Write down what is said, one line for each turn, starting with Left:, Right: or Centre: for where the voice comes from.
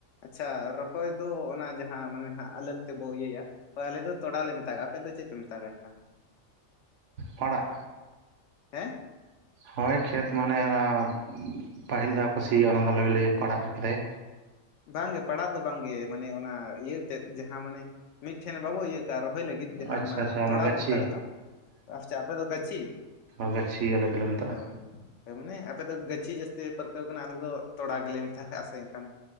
Left: ᱟᱪᱪᱷᱟ ᱨᱚᱦᱚᱭ ᱫᱚ ᱚᱱᱟ ᱡᱟᱦᱟᱸ ᱢᱟᱱᱮ ᱦᱸᱟᱜ ᱟᱞᱟᱠ ᱛᱮᱵᱚ ᱤᱭᱟᱹᱭᱟ ᱦᱳᱭ ᱟᱞᱮ ᱫᱚ ᱛᱚᱲᱟᱣ ᱞᱮ ᱢᱮᱛᱟᱜᱼᱟ ᱟᱯᱮ ᱫᱚ ᱪᱮᱫ ᱯᱮ ᱢᱮᱛᱟᱜᱼᱟ ᱮᱱᱠᱷᱟᱱ?
Right: ᱯᱟᱲᱟᱜ
Left: ᱦᱮᱸ
Right: ᱦᱳᱭ ᱠᱷᱮᱛ ᱢᱟᱱᱮ ᱚᱱᱟ ᱯᱟᱹᱦᱤᱞ ᱫᱷᱟᱣ ᱠᱚ ᱥᱤᱭᱟ ᱚᱱᱟᱫᱚᱞᱮ ᱠᱟᱹᱭᱟ ᱯᱟᱲᱦᱟᱜ ᱠᱮᱫᱟᱭ᱾
Left: ᱵᱟᱝᱜᱮ ᱯᱟᱲᱟᱜ ᱫᱚ ᱵᱟᱝᱜᱮ ᱢᱟᱱᱮ ᱚᱱᱟ ᱤᱭᱟᱹᱛᱮᱫ ᱡᱟᱦᱟᱸ ᱢᱟᱱᱮ ᱢᱤᱫᱴᱷᱮᱱ ᱵᱟᱵᱚ ᱤᱭᱟᱹ ᱠᱟᱜᱼᱟ ᱨᱚᱦᱚᱭ ᱞᱟᱹᱜᱤᱫ ᱡᱟᱦᱟᱸ
Right: ᱟᱪᱪᱷᱟ
Left: ᱚᱱᱟ
Right: ᱟᱪᱪᱷᱟ
Left: ᱛᱚᱲᱟ
Right: ᱜᱟᱹᱪᱷᱤ
Left: ᱵᱚᱱ ᱢᱮᱛᱟᱜ ᱫᱚ ᱯᱟᱪᱷᱮ ᱟᱯᱮᱫ ᱫᱚ ᱜᱟᱹᱪᱷᱤ
Right: ᱚ ᱜᱟᱪᱷᱤ ᱟᱞᱮ ᱫᱚᱞᱮ ᱢᱮᱛᱟᱜᱼᱟ᱾
Left: ᱦᱳᱭ ᱢᱟᱱᱮ ᱟᱯᱮᱫ ᱫᱚ ᱜᱟᱹᱪᱷᱤ ᱡᱟᱹᱥᱛᱤ ᱯᱮ ᱯᱟᱹᱨᱠᱟᱹᱣ ᱠᱟᱱᱟ ᱟᱞᱮ ᱫᱚ ᱛᱚᱲᱟ ᱜᱮᱞᱮ ᱢᱮᱛᱜᱟᱜᱼᱟ ᱥᱮ ᱮᱱᱠᱷᱟᱱ᱾